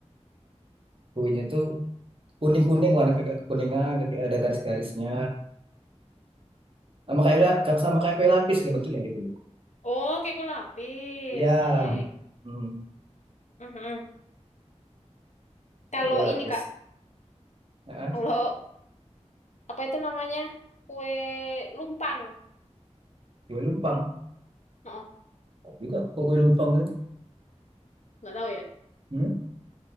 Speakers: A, on the right (about 50°); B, on the left (about 80°).
A: Kuenya itu kuning-kuning warna kayak kekuningan, kayak ada garis-garisnya. Sama kayak sama kayak kue lapis kayak bentuknya gitu loh.
B: Oh, kayak kue lapis.
A: Ya,
B: Ya, ya, ya.
A: hmm,
B: Mhm.
A: kayak
B: Kalau
A: kue lapis.
B: ini, Kak.
A: Nah,
B: Kalau apa itu namanya? Kue lumpang.
A: kue lumpang
B: oh
A: juga kue kue lumpang gitu.
B: nggak tahu ya
A: Hmm?